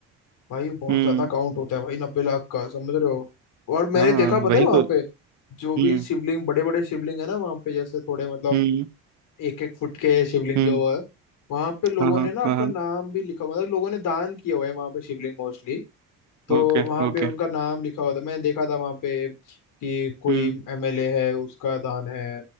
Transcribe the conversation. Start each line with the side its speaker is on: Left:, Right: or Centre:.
Left: भाई बहुत
Right: हम्म
Left: ज्यादा काउंट होता है भाई नब्बे लाख का समझ रहे हो और मैंने
Right: हाँ
Left: देखा पता
Right: वही
Left: है वहां
Right: तो
Left: पे
Right: हम्म
Left: जो भी शिवलिंग बड़े बड़े शिवलिंग है ना वहां पे जैसे थोड़े मतलब
Right: हम्म
Left: एक एक फुट के शिवलिंग
Right: हम्म
Left: जो है वहां पे लोगों
Right: हाँ हाँ
Left: ने ना अपना
Right: हाँ हाँ
Left: नाम भी लिखा हुआ मतलब लोगों ने दान किया हुआ है वहां पे शिवलिंग मोस्टली तो
Right: Okay
Left: वहां
Right: okay
Left: पे उनका नाम लिखा हुआ था मैंने देखा था वहां पे कि कोई
Right: Hmm
Left: एमएलए है उसका दान है